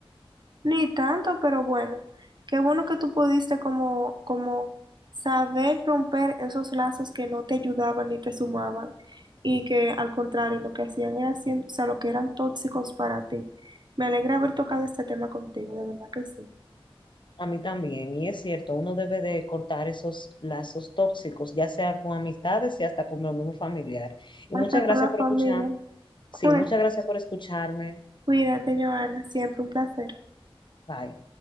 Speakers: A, on the right; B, on the left.
A: Ni tanto, pero bueno, qué bueno que tú pudiste como, como saber romper esos lazos que no te ayudaban ni te sumaban y que al contrario lo que hacían era siendo, o sea, lo que eran tóxicos para ti. Me alegra haber tocado este tema contigo, de verdad que sí.
B: A mí también, y es cierto, uno debe de cortar esos lazos tóxicos, ya sea con amistades y hasta con lo mismo familiar. Y
A: Hasta
B: muchas gracias
A: con la
B: por
A: familia.
B: escuchar. Sí,
A: <laughs> Bueno,
B: muchas gracias por escucharme.
A: cuídate, Joana, siempre un placer.
B: Bye.